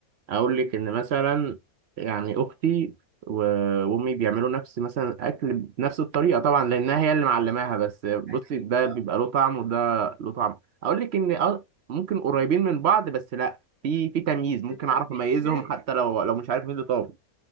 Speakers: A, on the right; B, on the right.
A: اقول لك ان مثلا يعني اختي و- وامي بيعملوا نفس مثلا اكل بنفس الطريقه طبعا لانها هي اللي معلماها بس بصي
B: أكيد
A: ده
B: اه
A: بيبقى له طعم وده له طعم اقول لك ان أ- ممكن قريبين من بعض بس لا في في تمييز ممكن
B: بيبقى
A: اعرف
B: فيه
A: اميزهم
B: اختلاف
A: حتى لو لو مش عارف مين اللي طابخ